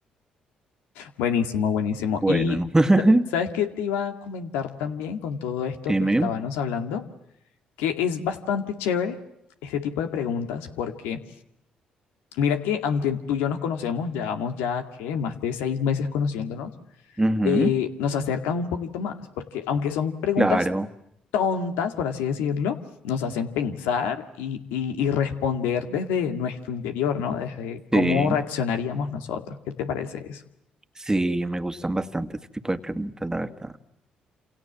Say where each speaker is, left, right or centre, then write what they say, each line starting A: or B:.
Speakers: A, on the left; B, on the right.
A: Buenísimo, buenísimo.
B: bueno.
A: Y
B: <laughs>
A: ¿sabes qué te iba a comentar también con todo esto
B: Dime.
A: que estábamos hablando? Que es bastante chévere este tipo de preguntas porque mira que aunque tú y yo nos conocemos, llevamos ya que más de seis meses conociéndonos,
B: Ujú,
A: eh, nos acercan un poquito más, porque aunque son preguntas
B: Claro,
A: tontas, por así decirlo, nos hacen pensar y, y- y responder desde nuestro interior, ¿no? Desde cómo
B: sí,
A: reaccionaríamos nosotros. ¿Qué te parece eso?
B: sí, me gustan bastante este tipo de preguntas, la verdad.